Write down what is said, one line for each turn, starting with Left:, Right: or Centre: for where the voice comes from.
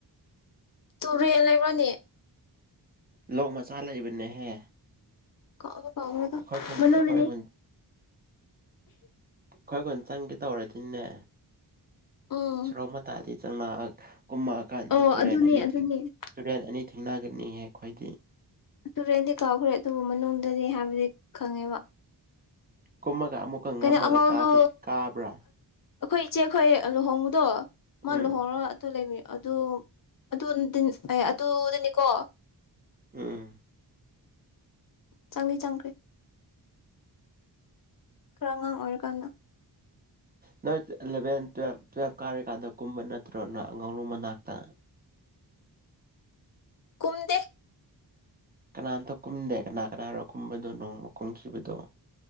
Left: ꯇꯨ ꯌꯦ ꯂꯩ꯭ꯔꯅꯤ
Right: ꯂꯣꯛ ꯃꯆꯥ ꯂꯩꯕꯅꯦꯍꯦ
Left: ꯀꯥ ꯀꯥ
Right: ꯑꯩꯈꯣꯏ ꯈꯨꯟ
Left: ꯃꯅꯣꯅꯦ
Right: ꯑꯩꯈꯣꯏ ꯈꯨꯟ ꯑꯩꯈꯣꯏ ꯈꯨꯟ ꯆꯪꯒꯦ ꯇꯧꯔꯦꯗꯤꯅꯦ
Left: ꯎꯝ
Right: ꯁ꯭ꯔꯧꯃ ꯇꯥꯗꯤ ꯆꯅꯥꯥꯛ ꯀꯨꯝꯃꯛꯑꯀꯥꯟꯗ
Left: ꯑꯣ
Right: ꯇꯨꯔꯦꯟ
Left: ꯑꯗꯨꯅꯦ
Right: ꯑꯅꯤꯊꯤꯡ
Left: ꯑꯗꯨꯅꯦ
Right: ꯇꯨꯔꯦꯟ ꯑꯅꯤꯊꯤꯡ ꯊꯦꯡꯅꯒꯅꯤꯍꯦ ꯈ꯭ꯋꯥꯣꯏꯗꯤ
Left: ꯇꯨꯔꯦꯟꯗꯤ ꯀꯥꯎꯈ꯭ꯔꯦ ꯑꯗꯨꯕꯨ ꯃꯅꯨꯡꯗꯗꯤ ꯍꯥꯏꯕꯗꯤ ꯈꯪꯉꯦꯕ
Right: ꯀꯨꯝꯃꯒ ꯑꯃꯨꯛꯀ
Left: ꯀꯩꯅꯣ
Right: ꯉꯝꯃꯒ
Left: ꯑꯉꯧꯗꯨ
Right: ꯀꯥꯕ꯭ꯔꯥ
Left: ꯑꯩꯈꯣꯏ ꯏꯆꯦ ꯑꯩꯈꯣꯏ ꯂꯨꯍꯣꯡꯕꯨꯗꯣ ꯃ
Right: ꯎꯝ
Left: ꯂꯣꯍꯔ ꯇ ꯂꯩꯃꯤ ꯑꯗꯨ ꯑꯗꯨ ꯑꯦ ꯑꯗꯨꯗꯅꯤꯀꯣ
Right: ꯎꯝ
Left: ꯆꯪꯅꯤ ꯆꯥꯡꯈ꯭ꯔꯦ ꯈꯔ ꯑꯉꯥꯡ ꯑꯣꯏꯔꯀꯥꯟꯗ
Right: ꯅꯣꯏ ꯏꯂꯚꯦꯟ ꯇꯨꯋ ꯇꯨꯋꯦꯜꯞ ꯀꯥꯔꯤꯀꯥꯟꯗ ꯀꯨꯝꯕ ꯅꯠꯇ꯭ꯔꯣꯅ ꯑꯉꯥꯂꯨ ꯃꯅꯥꯛꯇ
Left: ꯀꯨꯝꯗꯦ
Right: ꯀꯅꯥꯝꯇ ꯀꯨꯝꯗꯦ ꯀꯅꯥ ꯀꯅꯥꯔꯥ ꯀꯨꯝꯕꯗꯣ ꯅꯣꯡꯃ ꯀꯨꯝꯈꯤꯕꯗꯣ